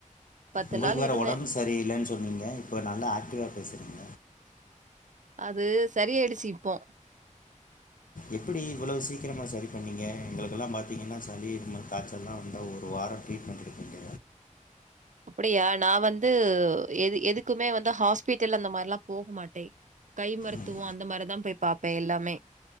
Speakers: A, on the right; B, on the left.
A: பத்து
B: உங்களுக்கு
A: நாள்
B: வேற
A: இருந்தே
B: ஒடம்பு சரி இல்லன் சொன்னீங்க இப்போ நல்லா ஆக்டிவா பேசுறீங்
A: அது சரியாயிடுச்சு இப்போ
B: எப்படி இவ்வளவு சீக்கிரமா சரி பண்ணீங்க எங்களுக்கெல்லா பாத்தீங்கன்னா சளி இருமல் காச்சல்லா வந்தா ஒரு வாரோ ட்ரீட்மெண்ட் <unintelligible>
A: அப்படியா நா வந்து எது எதுக்குமே வந்து ஹாஸ்பிட்டல் அந்த மார்ல்லா போக மாட்டே கை மருத்துவோ
B: ம்
A: அந்த மாரிதா போய் பாப்பே எல்லாமே